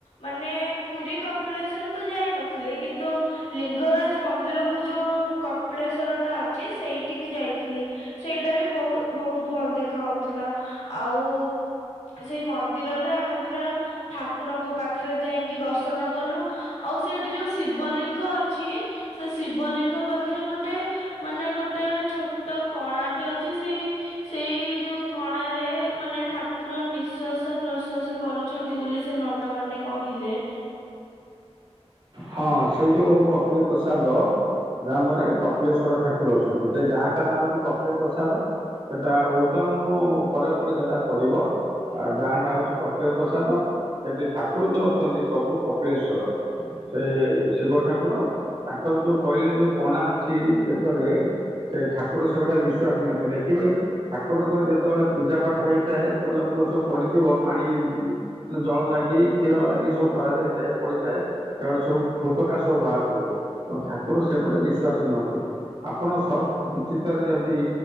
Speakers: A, on the left; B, on the right.
A: ମାନେ ପୁରୀ କପିଳେଶ୍ଵର ତ ଯାଇନଥିଲି କିନ୍ତୁ ଲିଙ୍ଗରାଜ ମନ୍ଦିରକୁ ଯୋଉ କପିଳେଶ୍ଵର ଟା ଅଛି ସେଇଠିକି ଯାଇଥିଲି । ସେଇଟା ବି ବହୁତ ବହୁତ ଭଲ ଦେଖା ଯାଉଥିଲା। ଆଉ ସେଇ ମନ୍ଦିରରେ ଆମେ ପୁରା ଠାକୁରଙ୍କ ପାଖରେ ଯାଇକି ଦର୍ଶନ କଲୁ। ଆଉ ସେଇଠି ଯୋଉ ଶିବଲିଙ୍ଗ ଅଛି, ସେ ଶିବଲିଙ୍ଗ ପାଖରେ ଗୋଟେ ମାନେ ଗୋଟେ ଛୋଟ କଣାଟେ ଅଛି ସେଇ ସେଇ ଯୋଉ କଣାରେ ମାନେ ଠାକୁର ନିଶ୍ଵାସ ପ୍ରଶ୍ବାସ କରୁଛନ୍ତି ବୋଲି ସେ ନନା ମାନେ କହିଲେ।
B: ହଁ ସେଇ ଯୋଉ କପିଳ ପ୍ରସାଦ ଗ୍ରାମରେ କପିଳେଶ୍ଵର ଠାକୁର ଅଛନ୍ତି ।ସେ ଗାଁ ଟା ନାଁ ହଉଚି କପିଳ ପ୍ରସାଦ । ସେଟା ଓଲ୍ଡ ଟାଉନ ପରେ ପରେ ସେଟା ପଡିବ। ଆ ଗାଁ ଟା ହଉଛି କପିଳ ପ୍ରସାଦ। ସେଠି ଠାକୁର ଯଉ ଅଛନ୍ତି ପ୍ରଭୁ କପିଳେଶ୍ଵର ସେ ଶିବ ଠାକୁର ତାଙ୍କର ଯୋଉ କହିଲେ ଯୋଉ କଣା- ଛିଃ ବେକରେ ସେ ଠାକୁର ସେବାଟା ନିଃଶ୍ଵାସ ନିଅନ୍ତି। ଦେଖିବେ ଠାକୁରଙ୍କର ଯେତେବେଳେ ପୂଜା ପାଠ ହେଇଥାଏ ଫୁଲ ଫୁଲ ସବୁ ପଡିଥିବ ପାଣି ମାନେ ଜଳ ଲାଗି କ୍ଷୀର ଲାଗି ସବୁ କରାଯାଇଥାଏ ପଡିଥାଏ ସେଆଟେ ସବୁ ଫୋଟକା ସବୁ ବାହିଥିବ, ତ ଠାକୁର ସେପଟେ ନିଶ୍ବାସ ନିଅନ୍ତି। ଆପଣ ସତ୍ ଚିତ୍ତରେ ଯଦି